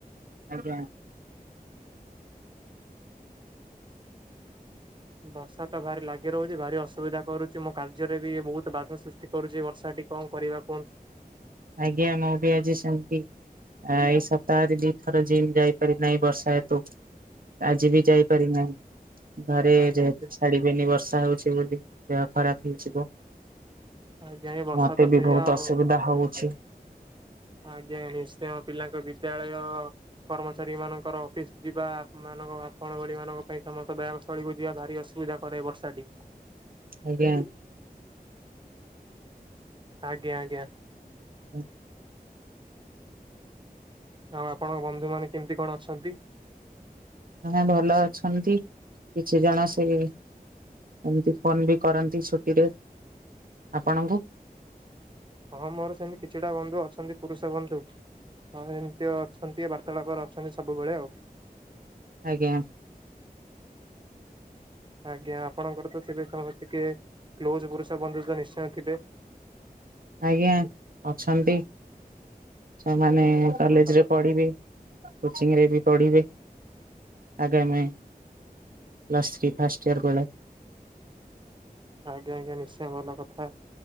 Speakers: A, on the right; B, on the right.
A: ଆଜ୍ଞା।
B: ବର୍ଷା ତ ଭାରି ଲାଗି ରହୁଛି ଭାରି ଅସୁବିଧା କରୁଛି ମୋ କାର୍ଯ୍ୟରେ ବି ବହୁତ ବାଧା ସୃଷ୍। କରୁଛି ବର୍ଷାଟି କଣ କରିବା କୁହନ୍ତୁ।
A: ଆଜ୍ଞା ମୁଁ ବି ଆଜି ସେମିତି। ଆ ଏଇ ସପ୍ତାହରେ ବି ଥର ଜିମ୍ ଯାଇପାରି ନାହିଁ ବର୍ଷା ହେତୁ। ଆଜି ବି ଯାଇପାରି ନାହିଁ ଘରେ
B: ଆଜ୍ଞା
A: ଯେହେତ
B: ସେ
A: ଛାଡିବେନି ବର୍ଷା ହଉଛି। ବୋଲି ଦେହ ଖରାପ ହେଇଯିବ
B: ଆଜ୍ଞା ଏ ବର୍ଷା
A: ମତେ
B: ତ ସେଇଆ
A: ବି ବହୁତ
B: ଆଉ
A: ଅସୁବିଧା ହଉ। <inaudible>
B: ଆଜ୍ଞା ନିଶ୍ଚୟ ପିଲାଙ୍କ ବିଦ୍ୟାଳୟ କର୍ମଚାରୀ ମାନଙ୍କର ଅଫିସ୍ ଯିବା ମାନଙ୍କ ଆପଣ ଭଳି ମାନଙ୍କ ପାଇଁ ସମସ୍ତ ବ୍ୟାୟାମ। ତଳିକୁ ଯିବା ଭାରି ଅସୁବିଧା କରେ ବର୍ଷାଟି।
A: ଆଜ୍ଞା।
B: ଆଜ୍ଞା ଆଜ୍ଞା।
A: <unintelligible>
B: ଆଉ ଆପଣଙ୍କ ବନ୍ଧୁମାନେ କେମିତି କଣ ଅଛନ୍ତି।
A: ସେମାନେ ଭଲ ଅଛନ୍ତି କିଛି ଜଣ ସେଇ ଏମିତି ଫୋନ୍ ବି କରନ୍ତି ଛୁଟିରେ ଆପଣଙ୍କୁ।
B: ହଁ ମୋର ସେମିତି କିଛିଟା ବନ୍ଧୁ ଅଛନ୍ତି ପୁରୁଷ ବନ୍ଧୁ। ହଁ ଏମ୍ତି ଅଛନ୍ତି ବାର୍ତ୍ତାଳାପରେ ଅଛନ୍ତି ସବୁବେଳେ ଆଉ।
A: ଆଜ୍ଞା।
B: ଆଜ୍ଞା ଆପଣଙ୍କର ତ ଥିବେ ସମସ୍ତେ ଟିକେ କ୍ଲୋଜ ପୁରୁଷ ବନ୍ଧୁ ନିଶ୍ଚୟ ଥିବେ।
A: ଆଜ୍ଞା ଅଛନ୍ତି ସେମାନେ
B: ହଁ ବହୁତ
A: କଲେଜ୍ରେ
B: ଭଲ କଥା।
A: ପଢ଼ିବେ। କୋଚିଂ ରେ ବି ପଢିବେ ଆଗାମୀ ପ୍ଲସ୍ ଥ୍ରୀ ଫାଷ୍ଟ୍ ୟର୍ କଲେ।
B: ଆଜ୍ଞା ଆଜ୍ଞା ନିଶ୍ଚୟ ଭଲ କଥା